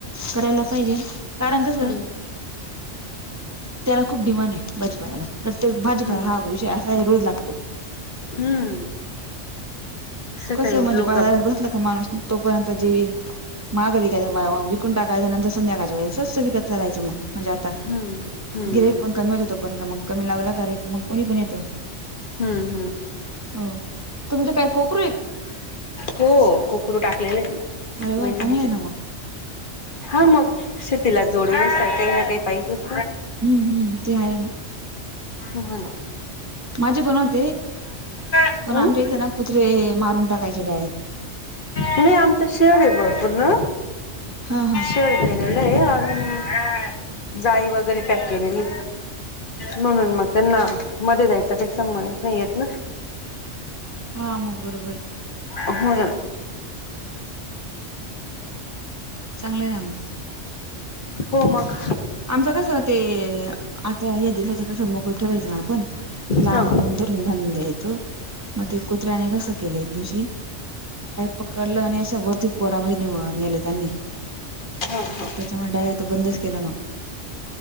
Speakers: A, on the right (about 20°); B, on the left (about 45°).
A: करायला पाहिजे कारण कसं
B: हम्म
A: त्याला खूप डिमांड आहे भाजीपाल्याला प्रत्येक भाजीपाला
B: हम्म
A: हा विषय असा आहे, रोज लागतो.
B: हम्म सकाळी
A: कसं
B: उठलो
A: म्हणजे बाजारात
B: का
A: बसला का माणूस तोपर्यंत जेवी <inaudible> विकून टाकायचं नंतर संध्याकाळच्या वेळीस स्वस्त विकत चालायचं मग म्हणजे आता
B: हम्म हम्म
A: गिर्‍हाईक पण कमीच होतं, पण मग कमी लावला का रेट मग कोणी पण येत.
B: हम्म हम्म
A: हो तुमचं काय कोक
B: हो कोकरू टाकलेले <inaudible> ना
A: अरे व्वा
B: मेंढींचे
A: चांगलंय ना मग,
B: हा मग शेतीला <unintelligible> ना काही पाहिजेच
A: हम्म हम्म ते आहे मग.
B: ना
A: माझे पण होते
B: हम्म
A: पण आमच्या इथे ना कुत्रे मारून टाकायचे डायरेक्ट
B: नाही आमचं शेड आहे भरपूर ना
A: हा हा
B: शेड केलेलं आहे, आणि जाई वगैरे पॅक केलेली म्हणून मग त्यांना मध्ये जायचा काही संबंधच नाही येत ना
A: हा मग बरोबर
B: हो
A: चांगलंय ना मग
B: हो मग
A: आमच कसं ते आता या दिवसाच कसं मोकळी ठेवायचं ना आपण लांब
B: हा
A: बनून द्यायचं मग ते कुत्र्याने कसं केले, एक दिवशी पकडलं असं आणि वरती कोरामध्ये नेलं त्यांनी
B: हा हा
A: त्यांच्यामुळे <inaudible> आता बंदच केला मग